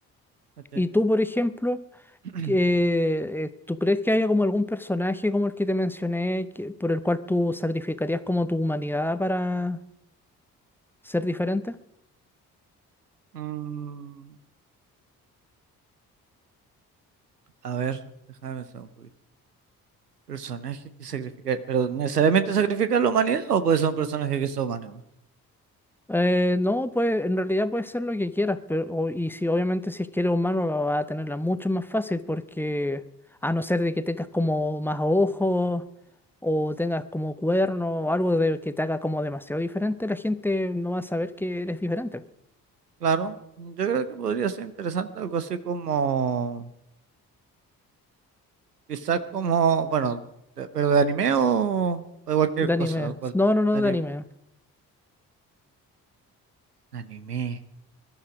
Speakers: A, on the right; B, in the centre.
A: ¿cachai?
B: y tú, por ejemplo,
A: <clears throat>
B: que, eh, ¿tú crees que haya como algún personaje como el que te mencioné que- por el cual tú sacrificarías como tu humanidad para ser diferente?
A: Mm, a ver, déjame pensar un poquito. Personaje que sacrifica, pero ¿necesariamente sacrifica la humanidad o puede ser un personaje que sea humano?
B: Eh, no, pues en realidad puede ser lo que quieras, pero o- y si obviamente si es que eres humano va va a tenerla mucho más fácil porque a no ser de que tengas como más ojos o tengas como cuerno o algo de que te haga como demasiado diferente, la gente no va a saber que eres diferente.
A: Claro, yo creo que podría ser interesante algo así como, quizás como, bueno, de- pero de anime o, o de cualquier
B: De anime.
A: cosa, o cual-
B: No, no, no,
A: de anime.
B: de anime.
A: <sighs> De Anime,